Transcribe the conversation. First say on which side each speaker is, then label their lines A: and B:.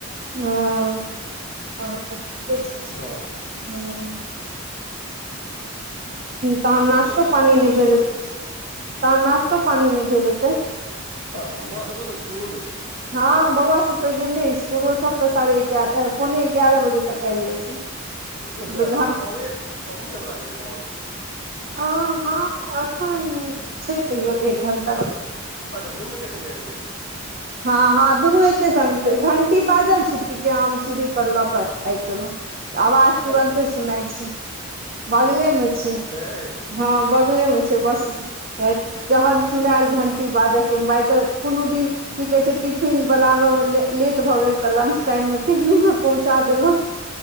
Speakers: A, on the right; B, on the right.
A: हँ ह तऽ ठीके छै
B: ह
A: हं तहन
B: इसकुलेवला
A: नाश्तो पानी नहि
B: अबै
A: भेलैह
B: छै लऽ जाइ छै
A: तहन नाश्तो पानी नहि भेल हेतै
B: ह बौआ सब गेलौ इसकुल
A: हँ बौआ सब त गेलै स्कूल इ सब ते साढ़े ए पौने एगारह बजे तक आबि जाय छै <inaudible>
B: अच्छा
A: घर
B: अबैए अबैएवला हेतै तहन
A: हं हँ एखन छै तैयो एक घण्टा
B: अ अच्छा दुनू एके सङ्गे आबि गेल
A: हँ हँ दुनू एक के स घंटी बाजल छुट्टी के हम सीढ़ी पर ल के आबि गेलहुं आवाज तुरन्ते
B: अच्छा
A: सुनाइ छै बगले मे छै
B: है
A: हँ बगले में छै बस जहन सुनायल घंटी बाजय के बाय त कोनो दिन की कहै छै टिफिन बलाबय मे ले लेट भऽ गेल तऽ लंच टाइम मे टिफिन मे पहुँचा देलहुँ